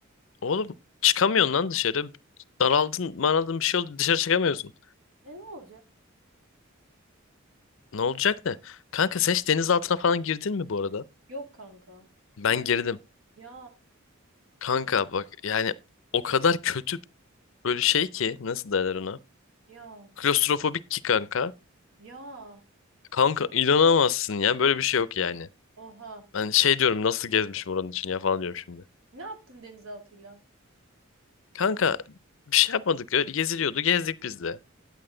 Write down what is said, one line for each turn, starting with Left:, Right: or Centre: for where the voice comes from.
Left: Oğlum çıkamıyorsun lan dışarı. Daraldın, maraldın bir şey oldu dışarı çıkamıyorsun.
Right: E ne olacak?
Left: Ne olacak ne? Kanka sen hiç deniz altına falan girdin mi bu arada?
Right: Yok kanka.
Left: Ben
Right: Sen?
Left: girdim.
Right: Ya.
Left: Kanka bak yani o kadar kötü böyle şey ki nasıl derler ona?
Right: Ya.
Left: Klostrofobik ki kanka.
Right: Ya.
Left: Kanka inanamazsın ya böyle bir şey yok yani.
Right: Oha.
Left: Ben şey diyorum nasıl gezmişim oranın için ya falan diyorum şimdi.
Right: Ne yaptın denizaltıyla?
Left: Kanka bir şey yapmadık öyle geziliyordu gezdik biz de.